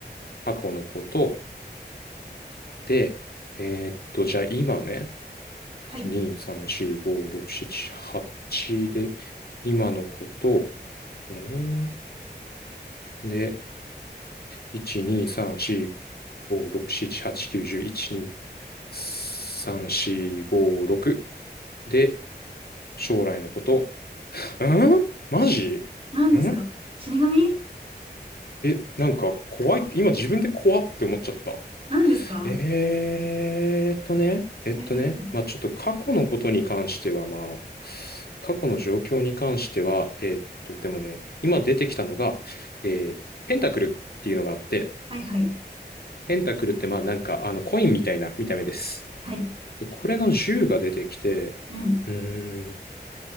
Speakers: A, on the left; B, on the right.
A: 過去のことで、えーっと、じゃあ今ね、
B: はい。
A: 1、2、3、4、5、6、7、8で、今のこと、うーん、で、1、2、3、4、5、6、7、8、9、10、1、2、3、4、5、6で、将来のこと、うんマジん
B: 何ですか死神
A: え、なんか怖い、今自分で怖って思っちゃった。
B: 何ですか
A: えーっとね、えっとね、
B: やだやだ。
A: まあちょっと過去のことに関しては、まあ過去の状況に関しては、えーっと、でもね、今出てきたのが、えーペンタクルっていうのがあって、
B: はいはい。
A: ペンタクルってまあなんかあのコインみたいな見た目です。
B: はい。
A: で、これの銃が出てきて、
B: うん。
A: うーん、